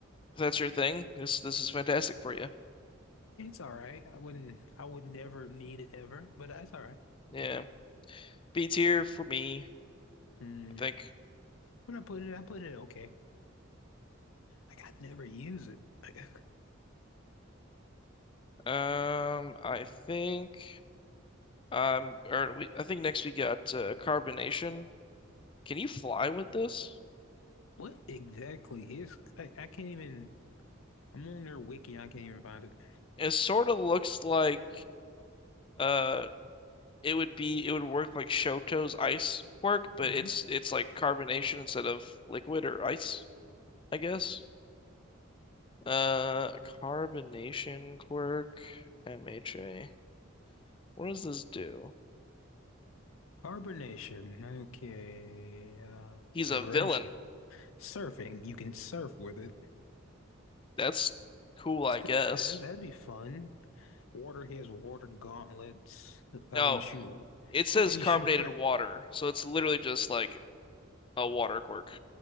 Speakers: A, on the left (about 25°); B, on the left (about 80°).
A: If that's your thing, this this is fantastic for you.
B: all right. I wouldn't. I would never need it ever, but that's all right.
A: Yeah. B tier for me,
B: Mm.
A: I think.
B: When I put it, I put it okay. Like I never use it. Like,
A: Um, I think um or we I think next we got uh, carbonation. Can you fly with this?
B: <laughs> what exactly is? I, I can't even. I'm on their wiki. I can't even find it.
A: It sort of looks like uh it would be it would work like Shoto's ice quirk, but
B: hmm
A: it's it's like carbonation instead of liquid or ice, I guess. Uh carbonation quirk MHA. What does this do?
B: Carbonation. Okay. Um,
A: He's a
B: liberation.
A: villain.
B: Surfing. You can surf with it.
A: that's cool, I
B: It's got,
A: guess.
B: that's- that'd be fun. Water has water gauntlets. Allow
A: Oh,
B: them to shoot.
A: it says
B: Okay, you
A: carbonated
B: shoot. Pressure.
A: water, so it's literally just like a water quirk.